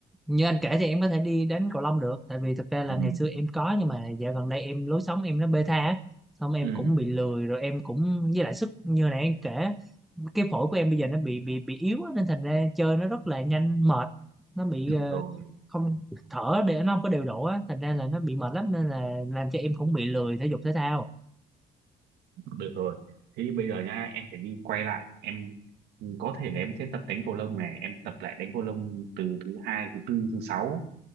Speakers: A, in the centre; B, on the right.
A: như anh kể thì em có thể đi đến Cầu Long được tại vì thực ra
B: Ừ.
A: là ngày xưa em có nhưng mà dạo gần đây em lối sống em nó bê tha á. xong em
B: Ừ,
A: cũng bị lười rồi em cũng với lại sức như này em kể cái phổi của em bây giờ nó bị bị bị yếu á, nên thành ra chơi nó rất là nhanh mệt nó bị
B: được
A: ờ,
B: rồi,
A: không thở để nó không có điều độ á thành ra là nó bị mệt lắm nên là làm cho em cũng bị lười thể dục thể thao
B: được rồi. Thế thì bây giờ nhá, em phải đi quay lại. Em có thể là em sẽ tập đánh cầu lông này, em tập lại đánh cầu lông từ thứ hai, thứ tư, thứ sáu